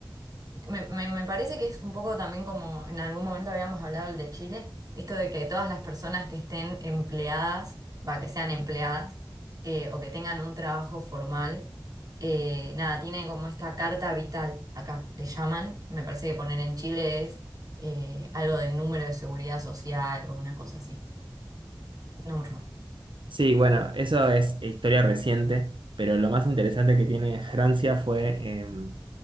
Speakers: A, on the right; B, on the right.
A: me, me- me parece que es un poco también como en algún momento habíamos hablado el de Chile, esto de que todas las personas que estén empleadas, va, que sean empleadas eh, o que tengan un trabajo formal, eh, nada, tiene como esta carta vital acá, le llaman, me parece que poner en Chile es eh, algo de número de seguridad social o una cosa así, no mucho más.
B: Sí, bueno, eso es historia reciente, pero lo más interesante que tiene Francia fue... em,